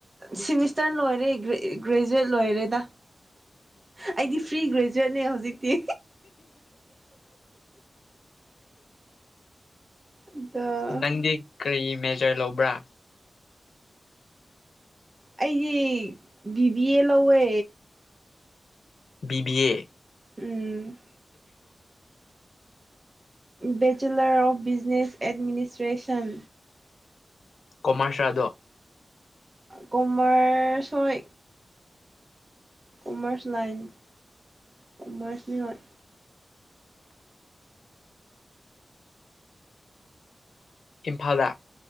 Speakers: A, on the right; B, on the left.
A: ꯁꯤꯦꯃꯤꯁꯇꯔ ꯂꯣꯏꯔꯦ ꯒ꯭ꯔꯦꯖꯨꯦꯠ ꯂꯣꯏꯔꯦꯗ ꯑꯩꯗꯤ ꯄ꯭ꯔꯤ ꯒ꯭ꯔꯦꯖꯨꯋꯦꯠꯅꯦ ꯍꯧꯖꯤꯛꯇꯤ ꯑꯗꯣ
B: ꯅꯪꯦ ꯀꯔꯤ ꯃꯦ ꯔ ꯂꯧꯕ꯭ꯔꯥ
A: ꯑꯩꯁ ꯕꯤꯕꯤ ꯑꯦ ꯂꯧꯋꯦ
B: ꯕꯤꯕꯤꯑ
A: um bachelor of business administration
B: ꯀꯣꯃꯥꯔꯁꯜꯗꯣ
A: ꯀꯣꯃꯔꯁꯣꯏ ꯀꯃꯔꯁ ꯂꯥꯏꯟ ꯀꯃꯔꯁ ꯃꯤ ꯍꯣꯏ
B: ꯏꯝꯐꯥꯜꯗ